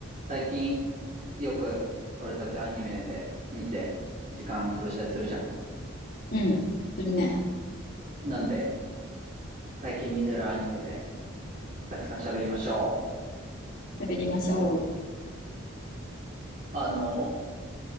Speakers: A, on the right; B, on the left.
A: 最近よく俺たちアニメで見て時間潰したりするじゃん。
B: うん。するね。
A: なんで最近見てるアニメでたくさん喋りましょ
B: 喋りましょ
A: う。あの、